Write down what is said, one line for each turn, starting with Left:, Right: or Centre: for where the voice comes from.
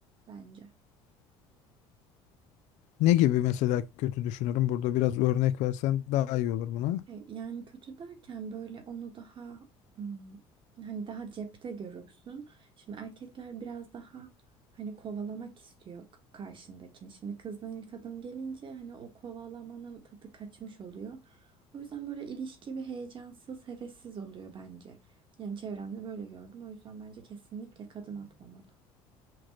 Right: bence.
Left: Ne gibi mesela kötü düşünürüm burada biraz örnek versen daha iyi olur buna.
Right: E, Yani kötü derken böyle onu daha hmm, hani daha cepte görürsün. Şimdi erkekler biraz daha hani kovalamak istiyor k- karşındakini. Şimdi kızdan ilk adım gelince hani o kovalamanın tadı kaçmış oluyor. O yüzden böyle ilişki bir heyecansız, hevessiz oluyor bence. Yani çevremde böyle gördüm. O yüzden bence kesinlikle kadın atmamalı.